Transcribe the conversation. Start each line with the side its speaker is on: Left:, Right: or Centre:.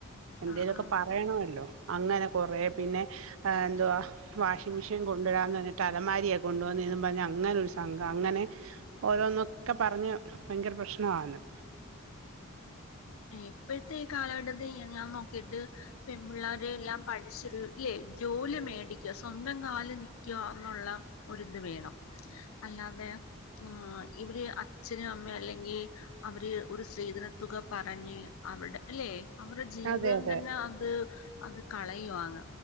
Right: എന്തേലൊക്കെ
Left: ആ ആ
Right: പറയണല്ലോ അങ്ങനെ കൊറേ പിന്നെ എന്തുവാ വാഷിംഗ് മെഷീൻ കൊണ്ടടാന്ന് എന്നിട്ട് അലമാരിയെ കൊണ്ട വന്ന ഇന്ന് പറഞ്ഞഞ് അങ്ങനെ ഒരു സംഘം അങ്ങനെ ഓരോന്നൊക്കെ പറഞ്ഞ് ഭയങ്കര പ്രശ്നവാന്ന്
Left: ഇപ്പോഴത്തെ ഈ കാലഘട്ടത്തിൽ ഞാൻ നോക്കിട്ട് പെൺ പിള്ളോര എല്ലാം പഠിച്ചിരുല്ലേ ജോലി മേടിക്ക സ്വന്തം കാല് നിക്കുക എന്നുള്ള ഒരിത് വേണം അല്ലാതെ ആഹ് ഇവര് അച്ഛനും അമ്മയും അല്ലെങ്കിൽ അവര് ഒരു സ്ത്രീധന തുക പറഞ്ഞ് അവരുടെ അല്ലെ അവരുടെ ജീവിതം
Right: അതെ അതെ
Left: തന്നെ അ അത് കളയവാ